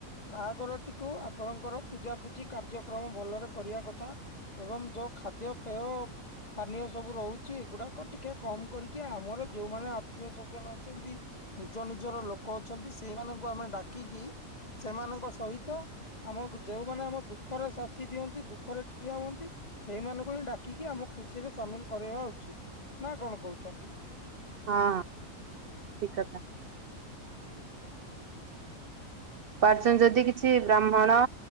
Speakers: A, on the left; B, on the right.
A: ବାହାଘରଟିକୁ ଆପଣଙ୍କର ପୂଜାପୂଜି କାର୍ଯ୍ୟକ୍ରମ ଭଲରେ କରିବା କଥା। ଏବଂ ଯୋଉ ଖାଦ୍ୟପେୟ ପାନୀୟ ସବୁ ରହୁଚି ଏଗୁଡାକ ଟିକେ କମ କରିକି ଆମର ଯୋଉମାନେ ଆତ୍ମୀୟ ସଜ୍ଜନ ଅଛନ୍ତି। ନିଜ ନିଜର ଲୋକ ଅଛନ୍ତି ସେଇମାନଙ୍କୁ ଆମେ ଡାକିକି ସେମାନଙ୍କ ସହିତ ଆମକୁ ଯୋଉମାନେ ଆମ ଦୁଃଖରେ ସଥି ଦିଅନ୍ତି ଦୁଃଖରେ ଠିଆ ହୁଅନ୍ତି ସେଇମାନଙ୍କୁ ହିଁ ଡାକିକି ଆମ ଖୁସି ରେ ସାମିଲ କରିବା ଉଚିତ୍ ନା କଣ କହୁଛନ୍ତି?
B: ହଁ ଠିକ୍ କଥା। ପାରୁଛନ୍ତି ଯଦି କିଛି ବ୍ରାହ୍ମଣ